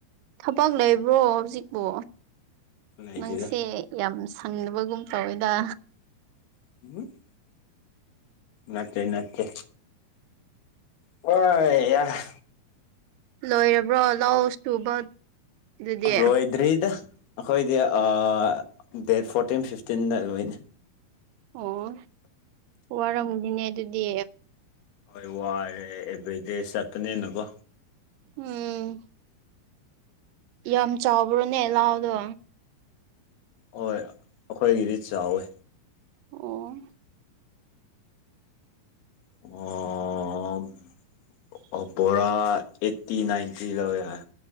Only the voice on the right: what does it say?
ꯊꯕꯛ ꯂꯩꯕ꯭ꯔꯣ ꯍꯧꯖꯤꯛꯄꯣ
ꯅꯪꯁꯦ ꯌꯥꯝ ꯁꯪꯗꯕꯒꯨꯝ ꯇꯧꯋꯦꯗ
ꯂꯣꯏꯔꯕ꯭ꯔꯣ ꯂꯧ ꯁꯨꯕ ꯑꯗꯨꯗꯤ
ꯑꯣ ꯋꯥꯔꯝꯅꯤꯅꯦ ꯑꯗꯨꯗꯤ
ꯎꯝ ꯌꯥꯝ ꯆꯥꯎꯕ꯭ꯔꯣꯅꯦ ꯂꯥꯎꯗꯣ
ꯑꯣ
<unintelligible>